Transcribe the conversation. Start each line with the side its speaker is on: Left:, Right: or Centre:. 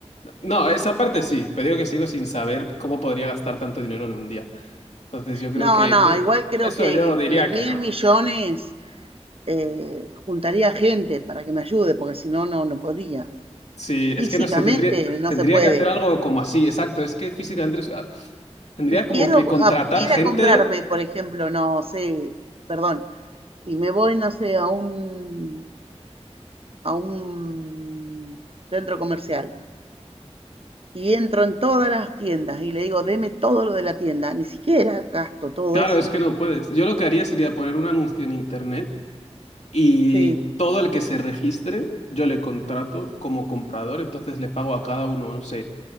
Left: No, esa parte sí, pero digo que sigo sin saber cómo podría gastar tanto dinero en un día. Entonces yo creo
Right: No,
Left: que
Right: no,
Left: de-
Right: igual creo
Left: eso
Right: que,
Left: yo diría
Right: que mil
Left: que no.
Right: millones eh, juntaría gente para que me ayude, porque si no, no, no podría.
Left: Sí,
Right: Físicamente
Left: es que no sé, tendría,
Right: no
Left: tendría
Right: se puede.
Left: que hacer algo como así, exacto. Es que físicamente, o sea, tendría
Right: Si quiero
Left: como que contratar
Right: a- ir
Left: gente.
Right: a comprarme, por ejemplo, no sé, perdón, si me voy, no sé, a un, a un centro comercial y entro en todas las tiendas y le digo, deme todo lo de la tienda, ni siquiera gasto todo
Left: Claro,
Right: eso.
Left: es que no puedes. Yo lo que haría sería poner un anuncio en internet y
Right: Sí,
Left: todo el que se registre, yo le contrato como comprador, entonces le pago a cada uno, no sé,